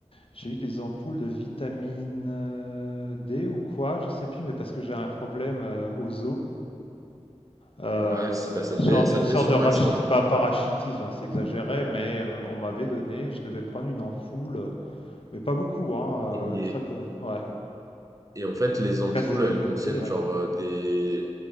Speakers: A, on the left; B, on the right.
A: j'ai eu des ampoules de vitamine euh, D ou quoi, je sais plus, mais parce que j'ai un problème euh, aux os. Euh,
B: Ouais, si, bah, ça devait,
A: sorte
B: ça
A: d'une
B: devait
A: sorte
B: sûrement
A: de rachi-
B: être ça. hein.
A: pas parachitisme, hein, c'est exagéré, mais euh, on m'avait donné, je devais prendre une ampoule, mais pas beaucoup, hein,
B: Et,
A: euh, très peu. Ouais.
B: et en fait,
A: Tu
B: les ampoules,
A: casses les 2
B: elles
A: côtés,
B: contiennent
A: ouais.
B: genre euh, des,